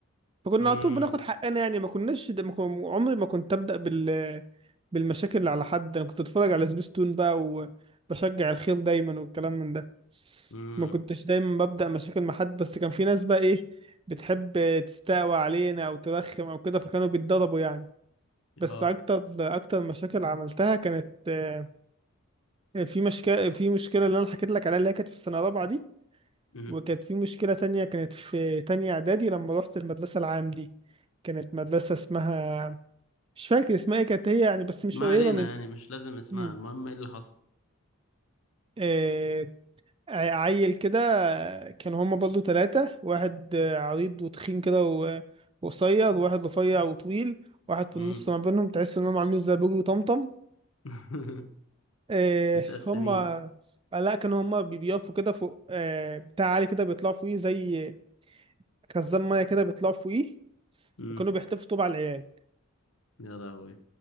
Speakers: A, on the right; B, on the left.
A: فكنا
B: أمم،
A: على طول بناخد حقنا يعني ما كناش ده ما كن- عمري ما كنت ابدا بال بالمشاكل اللي على حد انا كنت اتفرج على سبيستون بقى وبشجع الخير دايما والكلام من ده
B: أمم.
A: ما كنتش دايما ببدا مشاكل مع حد بس كان في ناس بقى ايه بتحب تستقوى علينا او ترخم او كده فكانوا بيتضربوا يعني بس
B: اه
A: اكتر اكتر مشاكل عملتها كانت آه، في مشكله في مشكله اللي انا حكيت لك عليها اللي هي كانت في السنه الرابعه دي
B: أمم.
A: وكانت في مشكلة تانية كانت في تانية إعدادي لما روحت المدرسة العام دي كانت مدرسة اسمها مش فاكر اسمها ايه كانت هي يعني بس مش
B: ما
A: قريبة
B: علينا
A: من
B: يعني مش لازم اسمها
A: مم.
B: المهم ايه اللي حصل
A: آه... ع- عيل كده كانوا هما برضو تلاتة واحد آه، عريض وتخين كده و- وقصير وواحد رفيع وطويل واحد في
B: أمم.
A: النص ما بينهم تحس إنهم عاملين زي بوجي وطمطم
B: <laughs>
A: آه...
B: متقسمين
A: هما آه، لا كانوا هما بي- بيقفوا كده فوق آه... بتاع عالي كده بيطلعوا فوقيه زي خزان مية كده بيطلعوا فوقيه
B: امم
A: وكانوا بيحتفوا طوب على العيال
B: يا لهوي